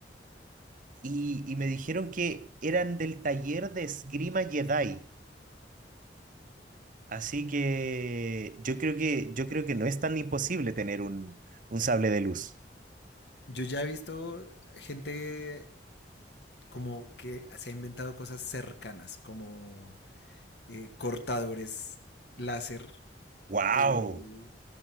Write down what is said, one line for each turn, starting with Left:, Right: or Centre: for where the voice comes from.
Right: y, y me dijeron que eran del taller de esgrima Jedi. Así que yo creo que, yo creo que no es tan imposible tener un, un sable de luz.
Left: Yo ya he visto gente como que se ha inventado cosas cercanas, como eh, cortadores láser,
Right: ¡Wow!
Left: eh,